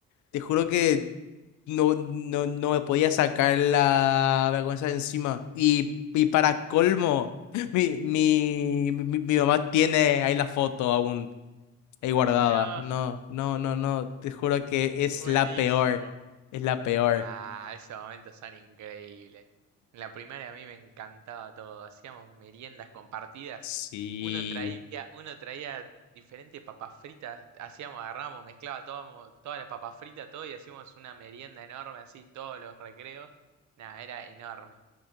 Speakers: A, on the left; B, on the right.
A: Te juro que no, no, no me podía sacar la vergüenza de encima. Y, y para colmo, <laughs> mi, mi, mi, mi mamá tiene ahí la foto aún. Ahí guardada.
B: No,
A: No, no, no, no. Te juro que es
B: buenísimo.
A: la peor. Es la peor.
B: Ah, esos momentos son increíbles. En la primaria a mí me encantaba todo. Hacíamos meriendas compartidas.
A: Sí,
B: Uno traía, uno traía diferentes papas fritas. Hacíamos, agarramos, mezclaba todo, todas las papas fritas, todo y hacíamos una merienda enorme así, todos los recreos. Nada, era enorme.